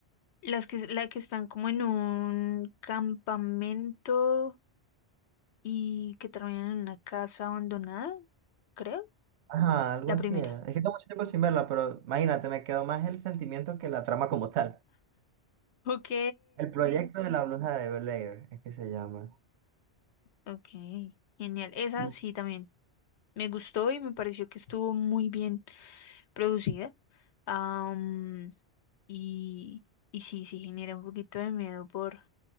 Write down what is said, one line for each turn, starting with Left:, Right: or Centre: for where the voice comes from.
Left: Las que, la que están como en un campamento y que terminan en una casa abandonada, creo.
Right: Ajá, algo
Left: La
Right: así
Left: primera.
Right: era. Es que tengo mucho tiempo sin verla, pero imagínate, me quedó más el sentimiento que la trama como tal.
Left: Ok,
Right: El Sí. proyecto de la bruja de Blair es que se llama.
Left: ok, genial. Esa
Right: Y
Left: sí también me gustó y me pareció que estuvo muy bien producida. Am, y, y sí, sí genera un poquito de miedo por,